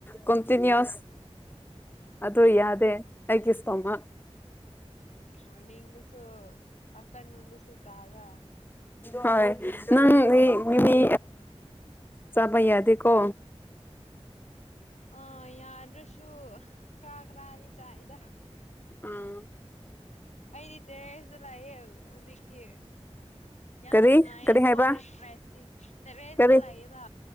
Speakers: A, on the left; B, on the left.
A: ꯀꯟꯇꯤꯅꯤꯁ ꯑꯗꯣ ꯌꯥꯗꯦ ꯑꯏ ꯀꯁꯇꯣꯃ
B: ꯋꯥꯅꯤꯁꯨ ꯑ ꯀꯟ ꯃꯁꯨ ꯇꯥꯕ
A: ꯍꯣꯏ ꯅꯪ ꯃꯤꯃꯤ ꯆꯥꯕ ꯌꯥꯗꯦꯀꯣ
B: ꯑꯥ ꯌꯥꯗ꯭ꯔꯁꯨ ꯀꯔ ꯀꯔꯥꯅꯤ ꯆꯥꯛꯏꯗ
A: ꯑꯥ
B: ꯑꯩꯗꯤ ꯇꯦꯔꯦꯁꯇ ꯂꯥꯛꯑꯦ ꯍꯧꯖꯤꯛꯇꯤ ꯌꯥꯝ
A: ꯀꯔꯤ
B: ꯅꯨꯡꯉꯥꯏꯌꯦ
A: ꯀꯔꯤ ꯍꯥꯏꯕ
B: ꯁꯣꯔꯤ ꯄ꯭ꯔꯦꯁ ꯇꯦꯔꯦꯁꯇ
A: ꯀꯔꯤ
B: ꯂꯥꯛꯑꯦꯕ